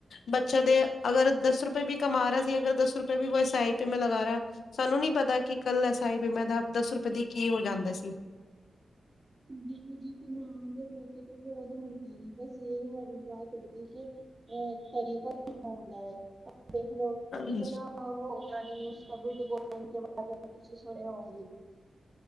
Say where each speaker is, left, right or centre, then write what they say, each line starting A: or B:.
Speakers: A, on the left (about 75°); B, on the right (about 25°).
A: ਬੱਚਾ ਦੇ ਅਗਰ ਦਸ ਰੁਪੇ ਵੀ ਕਮਾ ਰਾ ਸੀ ਅਗਰ ਦਸ ਰੁਪੇ ਵੀ ਸਾਈ ਪੇ ਮੇ ਲਗਾ ਰਾ ਸਾਨੂੰ ਨੀ ਪਤਾ ਕਿ ਕੱਲਾ ਸਾਈ ਵੀ ਮੈਂ ਤਾ ਆਪ ਦਸ ਰੁਪੇ ਦੀ ਕੀ ਹੋ ਜਾਂਦੇ ਸੀ।
B: ਧੀ ਗੁਰ ਜੀ ਕ ਮਾਣ ਦੇ ਮੌਕੇ ਤੇ ਬਹੁਤ ਮੁੜਦੀ ਰ ਬਸ ਇਹ ਬਦ ਉੱੜਦੀ ਕਿ। <unintelligible> ਅਐ ਤਰੀਕਾ ਈ ਨਾ ਹੌਂਦੈ ਹੈ ਦੇਖ ਲੋ
A: ਹਾਂਜੀ
B: ਇਤਨਾ ਮੈ ਔ ਨਹੀਂ ਉਸ ਬ ਗੋ ਕੇ ਬਾਰੇ <unintelligible> ਤੁਸੀਂ ਸੁਣੇਯੌ। ਹਮ